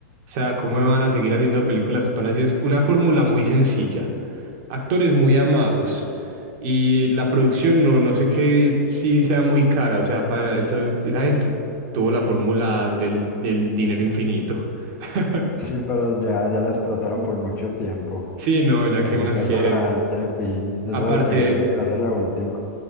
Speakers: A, on the right (about 40°); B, on the left (about 20°).
A: sea, ¿cómo no van a seguir haciendo películas panas? Y es una fórmula muy sencilla. Actores muy amados. Y la producción, no, no sé qué, si sea muy cara. O sea, pana, eso- esa gente tuvo la fórmula del, del dinero infinito. <laughs>
B: <laughs> Sí, pero ya, ya la explotaron por mucho tiempo.
A: Sí, no, ya
B: Ya,
A: qué más
B: ya
A: quiere.
B: es hora de darle fin. Esa,
A: Aparte.
B: según vi, va a ser la última.